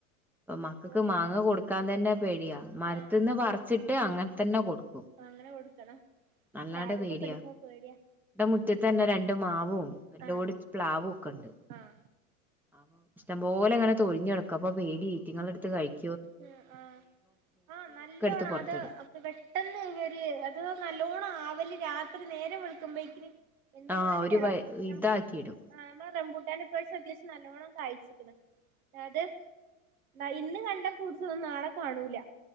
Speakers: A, in the centre; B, on the right.
A: ഇപ്പൊ മക്കക്ക്
B: അപ്പൊ
A: മാങ്ങ കൊടുക്കാൻ ന്നെ പേടിയാ മരത്ത്ന്ന്
B: ആഹ്
A: പറച്ച് അങ്ങനെ തന്നെ കൊട് ക്കും
B: അങ്ങനെ കൊടുക്കണം
A: അല്ലാണ്ടെ
B: ചാടിയതൊക്കെ
A: പേടിയാ
B: എടുക്കുമ്പോ പേടിയാ
A: ന്റെ മുറ്റത്ത് തന്നെ രണ്ടു മാവും എല്ലോടി
B: ആഹ്
A: പ്ലാവക്കെ ഇണ്ട്
B: ആഹ്
A: അപ്പൊ ഇഷ്ടംപോലങ്ങനെ തൊഴിഞ്ഞടുക്ക. അപ്പ പേടിയാ ഈറ്റിങ്ങൾ എടുത്ത് കഴിക്
B: ഉം ആ ആ നല്ലോണത്
A: എടുത്ത് പുറത്തിടും
B: അപ്പ പെട്ടെന്ന് ഇവര് അത് നല്ലോണം ആവല് രാത് ത്രി നേരം വെള്ക്ക്മ്പേക്കിന് എന്ത്മാതിരിയാടാ?
A: ആഹ് ഒരു വ ഇതാക്കി
B: നമ്ക്ക്
A: ഇടും
B: ആ നമ്മള റംമ്പൂട്ടാന് ഇപ്രാവശ്യം അത്യാവശ്യം നല്ലോണം കായ്ച്ചിക്ക്ണ്. അത് ആ ഇന്ന് കണ്ട കുടിച്ചതൊന്നും നാളെ കാണൂല